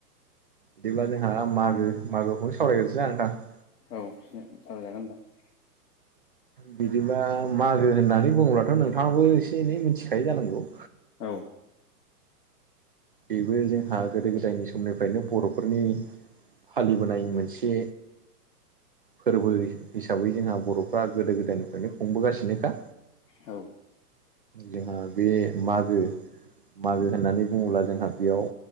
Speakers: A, on the right; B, on the left.
A: बिदिब्ला जोंहा मागो मागोखौनो सावरायग्रोनोसै ना नोंथां?
B: औ सावराजागोन नोंथां।
A: बिदिबा मागो होननानै बुङोलाथ' नोंथाङाबो एसे एनै मिथिखायो जानांगौ।
B: औ।
A: बेबो जोंहा गोदो गोदायनि समनिफ्रायनो बर'फोरनि फालिबोनाय मोनसे फोरबो हिसाबै जोंहा बर' बा गोदो गोदायनिफ्रायनो खुंबोगासिनोखा।
B: औ।
A: जोंहा बे मागो मागो होननानै बुङोब्ला जों दा बेयाव